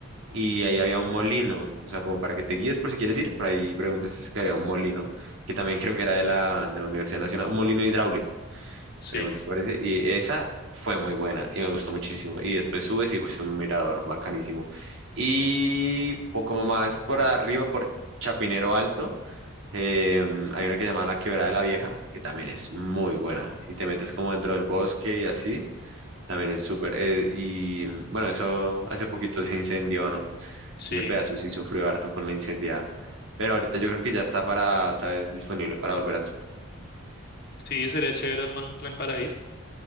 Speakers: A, on the right; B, on the left.
A: Y ahí había un molino, o sea, como para que te guíes por si quieres ir, por ahí preguntas si es que había un molino, que también
B: mm,
A: creo que era de la, de la Universidad Nacional, un molino hidráulico,
B: sí,
A: preguntas por ese, y esa fue muy buena y me gustó muchísimo. Y después subes y pues un mirador bacanísimo. Y poco más por arriba, por Chapinero Alto Em, hay una que se llama La Quebrada de la Vieja, que también es muy buena. Y te metes como dentro del bosque y así, también es súper. eh, y bueno, eso hace poquito se incendió, ¿no?
B: sí.
A: Ese pedazo sí sufrió harto con la incendiada. Pero ahorita yo creo que ya está para otra vez disponible para volver a entrar.
B: Sí, sería chévere armar un plan para ir.